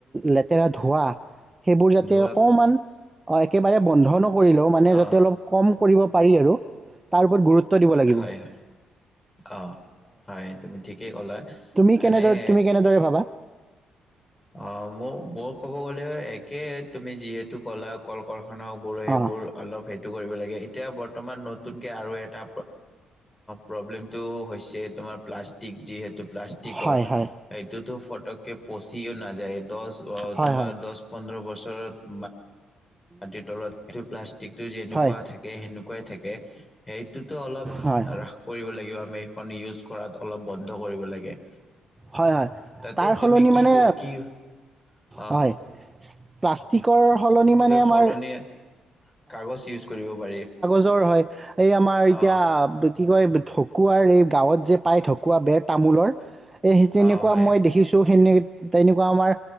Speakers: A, on the right (about 20°); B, on the left (about 15°).
A: লেতেৰা ধোৱা সেইবোৰ যাতে
B: ধোৱা
A: অকমান অ একেবাৰে বন্ধ ন কৰিলেও মানে
B: অ',
A: যাতে অলপ কম কৰিব পাৰি আৰু তাৰ ওপৰত গুৰুত্ব দিব লাগিব
B: হয় হয়, অ, হয়, তুমি ঠিকেই ক'লা
A: তুমি কেনেদৰে
B: এনেই
A: তুমি কেনেদৰে ভাবা
B: অ মোৰ মোৰ ক'ব গলেও একে তুমি যিহেতু ক'লা কল কাৰখানা খানাবোৰে সেইবোৰ
A: অঁ
B: অলপ কৰিব লাগে এতিয়া বৰ্তমান নতুনকে আৰু এটা প্ৰব্লেম টো হৈছে তোমাৰ প্লাষ্টিক । প্লাষ্টিক যিহেতু প্লাষ্টিকৰ
A: হয় হয়
B: সেইটোতো ফট'ককে পচিও নাযায় দহ অ
A: হয়
B: তোমাৰ
A: হয়
B: দহ পোন্ধৰ বছৰত মানে মাটিৰ তলত প্লাষ্টিকটো যেনেকুৱা
A: হয়
B: থাকে সেনেকুৱাই থাকে। সেই। টোতো অলপ
A: হয়
B: হ্ৰাস কৰিব লাগিব আমি। ইউজ কৰাত অলপ বন্ধ কৰিব লাগে?
A: হয় হয়
B: তাতে
A: তাৰ সলনি
B: তুমি কি
A: মানে
B: ক কি অ
A: হয় প্লাষ্টিকৰ সলনি মানে। আমাৰ
B: সলনি কাগজ ইউজ কৰিব পাৰি?
A: জ্বৰ হয়। এই আমাৰ এতিয়া
B: অ
A: কি কয় ঢকুৱাৰ এই। গাঁৱত যে পাই ঢকুৱা বেৰ তামোলৰ। এইেই তেনেকুৱা
B: অ হয়
A: মই দেখিছোঁ সেনে। তেনেকুৱা আমাৰ